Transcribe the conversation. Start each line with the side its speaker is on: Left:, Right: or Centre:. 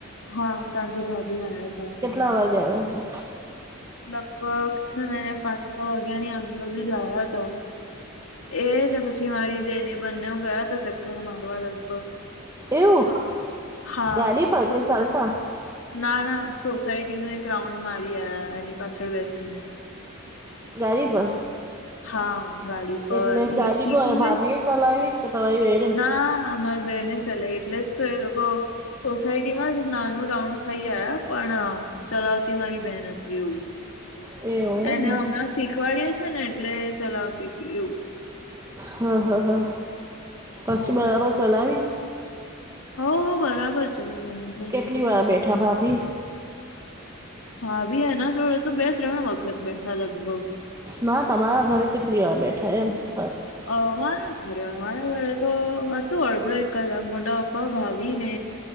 Left: હા સાજે ભાભી આયા હતા.
Right: કેટલા વાગ્યા આવે?
Left: લગભગ છે ને પાંચ છ વાગ્યા ની આજુબાજુ જ આયા હતા. એ ને પછી મારી બેને બંને ગયા તો ચક્કર મારવા લગભગ
Right: એવું
Left: હા
Right: ગાડી પર
Left: શું
Right: કે ચાલતા
Left: છે. ના ના સોસાયટી નો એક રાઉન્ડ મારી આવ્યા એની પાછળ બેસીને
Right: ગાડી પર
Left: હા ગાડી પર
Right: એટલે ગાડી
Left: એ શીખી
Right: કોણે ભાભી એ ચલાવી કે તમારી બેને
Left: હા અમારી બેને ચલાઇ એટલે જ તો એ લોકો સોસાયટીમાં જ નાનું રાઉન્ડ ખાઈ આયા પણ ચલાવતી મારી બહેન હતી એવું.
Right: એવું
Left: એને
Right: એમને
Left: હમણાં શીખવાડયે છે ને એટલે ચલાવતી હતી એવું.
Right: હા હા હા
Left: હ
Right: પછી બરાબર ચલાવી
Left: હો બરાબર ચલાવી
Right: કેટલીવાર બેઠા ભાભી
Left: ભાભી એના જોડે તો બે ત્રણ વખત બેઠા લગભગ
Right: ના તમારા ઘરે કેટલી વાર બેઠા એ કવ
Left: અ મારા ઘરે મારા ઘરે તો હતું અડધો એક કલાક મોટા પપ્પા ભાભી ને